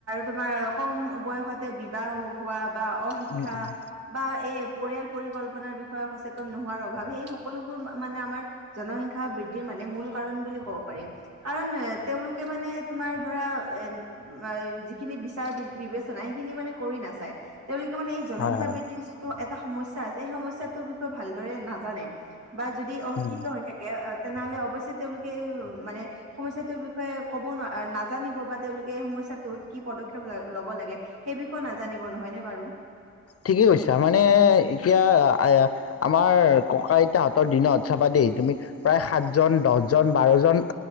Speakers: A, on the right; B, on the left.
A: তোমাৰ কম বয়সতে বিবাহ হোৱা বা অশিক্ষা
B: উম উম
A: বা এই। পৰিয়াল পৰিকল্পনাৰ বিষয়ে সচেতন নোহোৱাৰ অভাৱ সেই সকলোবোৰ মানে আমাৰ জনসংখ্যা বৃদ্ধিৰ মানে। মানে মূল কাৰণ বুলি ক'ব পাৰি কাৰণ তেওঁলোকে মানে তোমাৰ ধৰা এ যিখিনি বিচাৰ বি বিবেচনা সেইখিনি মানে কৰি নাচায় তেওঁলোকে মানে এই জনসংখ্যা
B: হয় হয়
A: বৃদ্ধিৰ যিটো এটা সমস্যা আছে সেই সমস্যাটোৰ বিষয়ে ভালদৰে নাজানে বা যদি অশিক্ষিত
B: উম
A: হৈ থাকে। তেনেহ'লে অৱশ্যে তেওঁলোকে এই মানে সমস্যাটোৰ বিষয়ে ক'ব নাজানিব বা তেওঁলোকে এই সমস্যাটোত কি পদক্ষেপ ল ল'ব লাগে সেই বিষয়ে নাজানিব নহয়নে বাৰু
B: ঠিকেই কৈছা মানে এতিয়া আমাৰ ককা আইতাহতৰ দিনত চাবা দ তুমি প্ৰায় সাতজন দহ জন বাৰজন